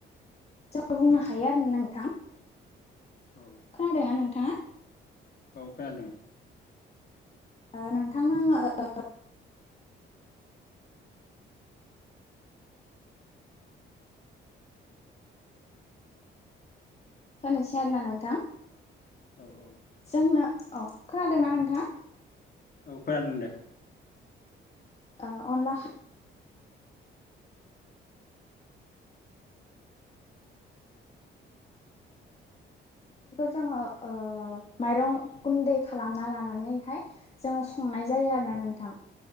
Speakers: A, on the left (about 30°); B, on the left (about 50°).
A: जों बुंनो हायो आरोना नोंथां।
B: औ
A: खोनादोंना नोंथाङा?
B: औ खोनादों।
A: ओ नोंथांनो आङो। होनोसै आरोना नोंथां।
B: औ औ
A: जोंनो औ खोनादोंना नोंथाङा।
B: औ खोनादों दे।
A: ओ अनला। जोङो ओ माइरं गुन्दै खालामना लानानैहाय जोङो सं- -नाय जायो आरोना नोंथां।